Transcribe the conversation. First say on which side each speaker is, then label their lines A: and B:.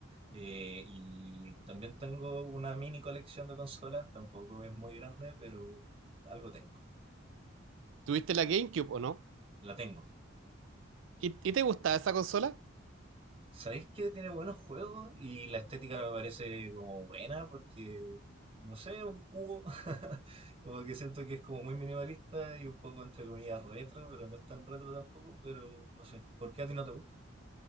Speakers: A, on the right (about 25°); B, on the right (about 70°).
A: eh, y también tengo una mini colección de consolas, tampoco es muy grande, pero algo tengo.
B: ¿Tuviste la GameCube o no?
A: La tengo.
B: ¿Y, y te gustaba esa consola?
A: ¿Sabéis que tiene buenos juegos? Y la estética me parece como buena porque, no sé, un cubo. <laughs> Como que siento que es como muy minimalista y un poco entre comillas retro, pero no es tan retro tampoco, pero no sé. ¿Por qué a ti no te gusta?